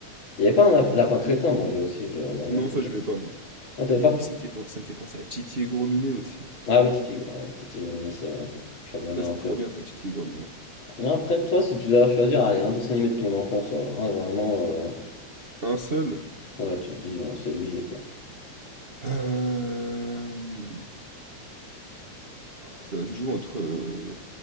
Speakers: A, on the left (about 40°); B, on the right (about 60°).
A: Il n'y avait pas un lap-
B: ah, c'était
A: lapin
B: trop
A: crétin,
B: bien.
A: moi j'ai aussi, je regardais
B: Non,
A: un peu
B: ça
A: le
B: j'aimais
A: lapin.
B: pas moi.
A: Ah, t'avais
B: Ah mais
A: pas?
B: oui, ça me fait, pen- ça me fait penser à Titi et Gros Minet aussi.
A: Ah oui, Titi, ouais, Titi Vominé, c'est vrai. Je regardais
B: Ça
A: un
B: c'était
A: peu.
B: trop bien ça, Titi et Gros Minet.
A: après, toi, si tu dois choisir, allez, un dessin animé de ton enfance, alors, hein, vraiment,
B: Un seul?
A: euh, ouais, tu te dis, bon, c'est lui, quoi.
B: Hem, ça se joue entre euh,